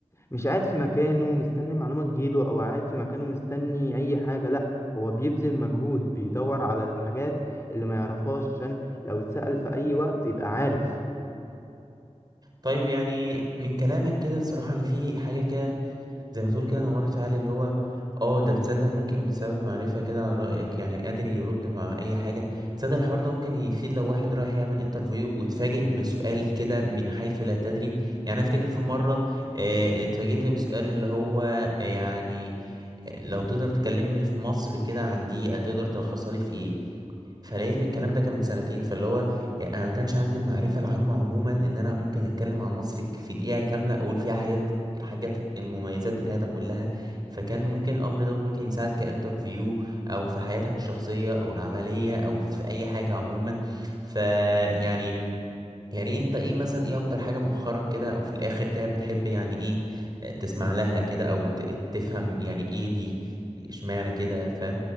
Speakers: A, on the left (about 25°); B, on the right (about 35°).
A: مش قاعد في مكانه مستني المعلومة تجيله أو قاعد في مكانه مستني أي حاجة لأ هو بيبذل مجهود بيدور على الحاجات اللي ما يعرفهاش عشان لو اتسأل في أي وقت يبقى عارف
B: طيب يعني من كلامك كده الصراحة أنا في حاجة كده زي ما تقول كده نورت في عقلي اللي هو اه ده تصدق ممكن بسبب المعرفة كده على رأيك يعني قادر يرد مع أي حاجة تصدق الحوار ده ممكن يفيد لو واحد رايح يعمل انترفيو واتفاجئ بسؤال كده من حيث لا تدري يعني أنا أفتكر في مرة آه، اتفاجئت بسؤال اللي هو يعني لو تقدر تكلمني في مصر كده عن دقيقة تقدر تلخصها لي في ايه فلقيت الكلام ده كان من سنتين فاللي هو يعني انا ما كانش عندي المعرفه العامه عموما ان انا ممكن اتكلم عن مصر ك- في دقيقه كامله اقول فيها حاجات حاجات المميزات بتاعتها كلها فكان ممكن الامر ده ممكن يساعدك كانترفيو او في حياتك الشخصيه او العمليه او في اي حاجه عموما فيعني يعني يعني ايه انت ايه مثلا ايه اكتر حاجه مؤخرا كده او في الاخر كده بتحب يعني ايه آه، تسمع لها كده او ت- تفهم يعني ايه دي اشمعنى كده فاهم